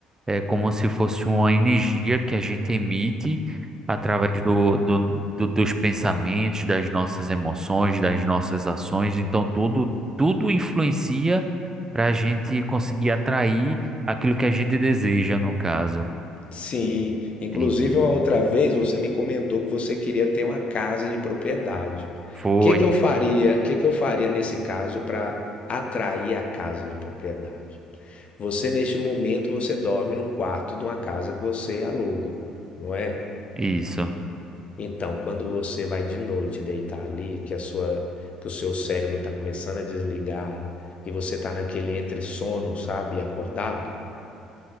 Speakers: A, on the right; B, on the left.
A: é como se fosse uma energia que a gente emite através do, do, do- dos pensamentos, das nossas emoções, das nossas ações. Então tudo tudo influencia para a gente conseguir atrair aquilo que a gente deseja, no caso.
B: Sim, Inclusive,
A: Entendi.
B: uma outra vez você me comentou que você queria ter uma casa de propriedade.
A: Foi
B: O que que eu faria, o que que eu faria nesse caso para atrair a casa de propriedade? Você, neste momento, você dorme no quarto de uma casa que você aluga, não é?
A: isso.
B: Então, quando você vai de noite deitar ali, que a sua, que o seu cérebro está começando a desligar e você está naquele entre sono, sabe, e acordado,